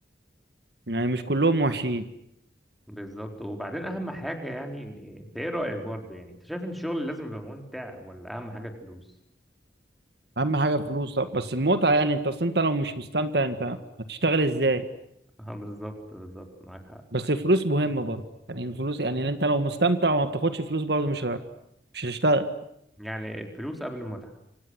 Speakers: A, on the right; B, in the centre.
A: يعني مش كلهم وحشين
B: بالظبط وبعدين اهم حاجه يعني إن- انت ايه رايك برضه يعني انت شايف ان الشغل لازم يبقى ممتع ولا اهم حاجه الفلوس
A: اهم حاجة فلوس طب بس المتعة يعني انت اصل انت لو مش مستمتع انت هتشتغل ازاي
B: <laughs> اه بالظبط بالظبط معاك حق
A: بس الفلوس مهمة برضه يعني الفلوس يعني انت لو مستمتع وما بتاخدش فلوس برضه مش ه- مش هتشتغل
B: يعني الفلوس قبل المتعه